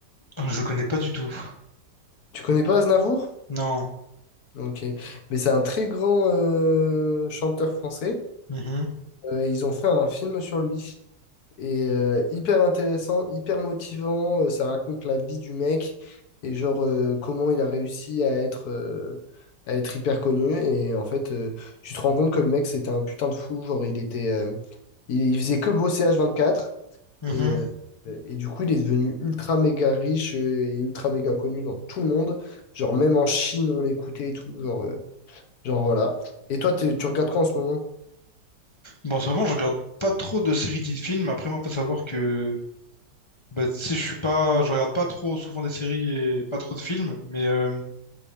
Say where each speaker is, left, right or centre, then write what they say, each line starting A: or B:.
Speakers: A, on the left (about 40°); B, on the left (about 65°).
A: Ah, je connais pas du tout.
B: Tu connais pas Aznavour?
A: Non.
B: Ok. Mais c'est un très grand euh, chanteur français.
A: Mhm,
B: Euh, ils ont fait un film sur lui. Et euh, hyper intéressant, hyper motivant. euh, ça raconte la vie du mec et genre euh, comment il a réussi à être, euh, à être hyper connu. Et en fait, euh, tu te rends compte que le mec, c'était un putain de fou. Genre, il était, euh, il il faisait que bosser H24.
A: mhm.
B: Et, euh, et du coup, il est devenu ultra méga riche euh, et ultra méga connu dans tout le monde. Genre, même en Chine, on l'écoutait et tout. Genre, euh, genre voilà. Et toi, t'es- tu regardes quoi en ce moment?
A: Bon, en ce moment je regarde pas trop de séries ni de films. Après, moi, faut savoir que bah, tu sais, je suis pas, je regarde pas trop souvent des séries et pas trop de films. Mais euh,